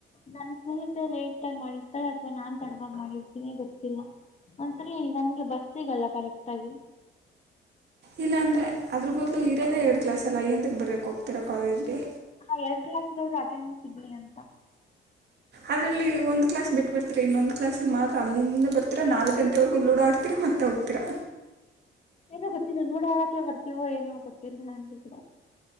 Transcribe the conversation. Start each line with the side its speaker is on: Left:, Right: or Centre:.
Left: ನನ್ ಫೀಸ್ ಲೇಟ್ ಆಗಿ ಮಾಡಿರ್ತಾಳೆ ಅಥವಾ ನಾನ್ ತಡವಾಗಿ ಮಾಡಿರ್ತೀನಿ ಗೊತ್ತಿಲ್ಲ ಒಂದ್ಸರಿ ನನ್ಗೆ ಬಸ್ ಸಿಗಲ್ಲ ಕರೆಕ್ಟ್ ಆಗಿ
Right: ಇಲ್ಲಾಂದರೆ ಅದ್ರ ಬದಲು ಇರೊದೇ ಎರಡು ಕ್ಲಾಸೆಲ್ಲ ಏಂತಕ್ ಬರಿಯಕ್ ಹೋಗ್ತೀರಾ ಕಾಲೇಜ್ ಗೆ?
Left: ಹಾ ಎರಡ್ ಕ್ಲಾಸ್ ಗಾದ್ರು ಅಟೆಂಡೆನ್ಸ್ ಸಿಗ್ಲಿ ಅಂತ
Right: ಅದ್ರಲ್ಲಿ ಒಂದು ಕ್ಲಾಸ್ ಬಿಟ್ಟಟ್ಬರ್ತೀರಾ ಇನ್ನೊಂದು ಕ್ಲಾಸ್ಗೆ ಮಾತ್ರ ಅಲ್ಲಿಂದ ಬರ್ತೀರಾ ನಾಲ್ಕ್ ಗಂಟೆವರೆಗೂ ಲೂಡ ಆಡ್ತೀರ ಮತ್ತೆ ಹೋಗ್ತೀರಾ.
Left: ಏನೋ ಗೊತ್ತಿಲ್ಲ ಲೂಡ ಆಡಕೆ ಬರ್ತಿವೋ ಏನೋ ಗೊತ್ತಿಲ್ಲ ನಂಗೂ ಕೂಡ.